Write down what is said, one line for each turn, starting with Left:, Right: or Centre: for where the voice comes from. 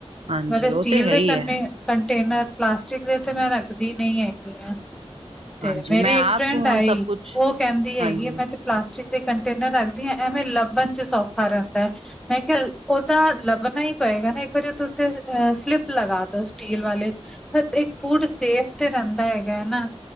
Right: ਹਾਂਜੀ
Centre: ਮੈ ਤੇ ਸਟੀਲ
Right: ਉਹ ਹੈ
Centre: ਦੇ
Right: ਹੀ
Centre: ਕਰਨੇ।
Right: ਹੈ
Centre: ਕੰਟੇਨਰ ਪਲਾਸਟਿਕ ਦੇ ਤੇ ਮੈਂ ਰੱਖਦੀ ਨਈ ਹੈਗੀ ਆ। ਤੇ
Right: ਹਾਂਜੀ
Centre: ਮੇਰੀ
Right: ਮੈਂ ਆਪ
Centre: ਇੱਕ ਫਰੈਂਡ
Right: ਹੁਣ
Centre: ਆਈ
Right: ਸਭ ਕੁਛ
Centre: ਉਹ ਕਹਿੰਦੀ ਹੈਗੀ
Right: ਹਾਂਜੀ-ਹਾਂਜੀ।
Centre: ਮੈਂ ਤੇ। ਪਲਾਸਟਿਕ ਦੇ ਕੰਟੇਨਰ ਰੱਖਦੀ ਹੈ ਐਵੇਂ ਲੱਭਣ ਚ ਸੌਖਾ ਰਹਿੰਦਾ ਹੈ। ਮੈਂ ਕਿਹਾ ਉਹਦਾ ਲੱਭਣਾ ਹੀ ਪਏਗਾ ਨਾ ਇੱਕ ਵਾਰੀ ਓਥੇ ਅ ਸਲਿੱਪ ਲਗਾ ਦੋ ਸਟੀਲ ਵਾਲੇ। ਇੱਕ ਫੂਡ ਸੇਫ ਤੇ ਰਹਿੰਦਾ ਹੈਗਾ ਹਨਾ